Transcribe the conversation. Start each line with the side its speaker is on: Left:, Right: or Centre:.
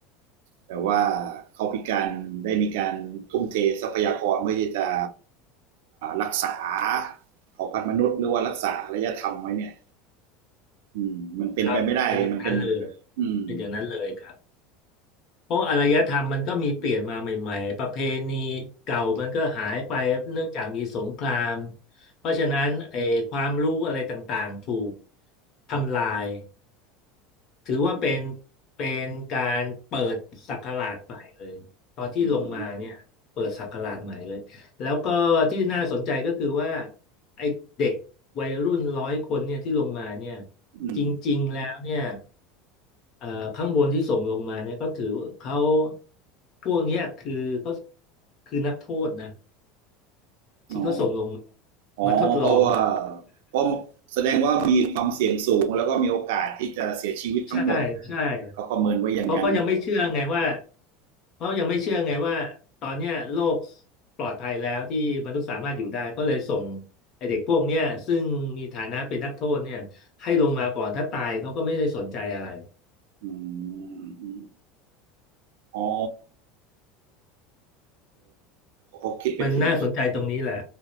Right: แบบว่าเขาพิการได้มีการทุ่มเททรัพยากรเพื่อที่จะรักษาเผ่าพันธุ์มนุษย์หรือว่ารักษาอารยธรรมไว้เนี่ย อืมมันเป็นไปไม่ได้
Left: ครับเป็นอย่างนั้นเลย
Right: มันเป็นอืม
Left: เป็นอย่างนั้นเลยครับ เพราะอารยธรรมมันก็มีเปลี่ยนมาใหม่ๆ ประเพณีเก่ามันก็หายไปเนื่องจากมีสงคราม เพราะฉะนั้นไอ้ความรู้อะไรต่างๆถูกทำลาย ถือว่าเป็น
Right: อืม
Left: เป็นการเปิดศักราชใหม่เลยตอนที่ลงมาเนี่ยเปิดศักราชใหม่เลยแล้วก็ที่น่าสนใจก็คือว่า
Right: อืม
Left: ไอ้เด็กวัยรุ่นร้อยคนเนี่ยที่ลงมาเนี่ย
Right: อืม
Left: จริงๆแล้วเนี่ยเอ่อข้างบนที่ส่งลงมาเนี่ยก็ถือเขาพวกเนี้ยคือเขาคือนักโทษนะที่เขาส่งลงมา
Right: อ๋ออ๋อ
Left: มาทดลอง
Right: เพราะว่าเพราะแสดงว่ามีความเสี่ยงสูงแล้วก็มีโอกาสที่จะเสียชีวิตทั้งหมด
Left: <laughs> ใช่ใช่
Right: เขาประเมินไว้อย่างนั้น
Left: เพราะเขายังไม่เชื่อไงว่าเพราะยังไม่เชื่อไงว่าตอนเนี้ยโลกปลอดภัยแล้วที่มนุษย์สามารถอยู่ได้ก็เลยส่งไอเด็กพวกเนี้ยซึ่งมีฐานะเป็นนักโทษเนี่ยให้ลงมาก่อนถ้าตายเขาก็ไม่ได้สนใจอะไร
Right: อืมอ๋อเขาคิดไปถึง
Left: มันน่าสนใจตรงนี้แหละ